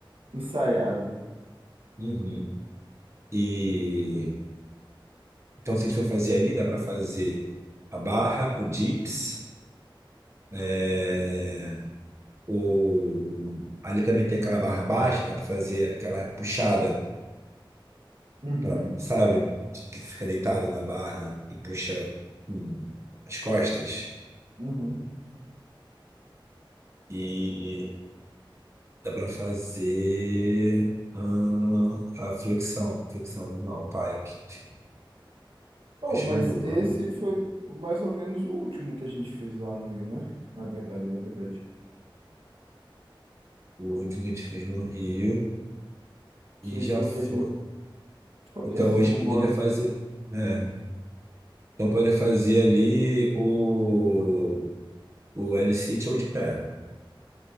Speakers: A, on the right; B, on the right.
A: ensaiado.
B: Uhum. E Então, se a gente for fazer ali, dá para fazer a barra, o dips, é, o... ali também tem aquela barra baixa, dá para fazer aquela puxada,
A: Uhum.
B: pra, sabe? Que fica deitado na barra e puxa hum, as costas.
A: Uhum.
B: E dá para fazer hum, a flexão, flexão normal, pike. Enfim,
A: Oh,
B: Acho
A: mas
B: uma boa.
A: esse
B: é bom.
A: foi mais ou menos o último que a gente fez lá no Rio, né? Na verdade, na verdade.
B: O último que a gente fez no Rio
A: Que
B: e já
A: foi
B: foi.
A: o que a gente. Foi
B: Então,
A: esse
B: hoje
A: Fubora.
B: poderia fazer. né? Então poderia fazer ali o, o L-sit ou de perna.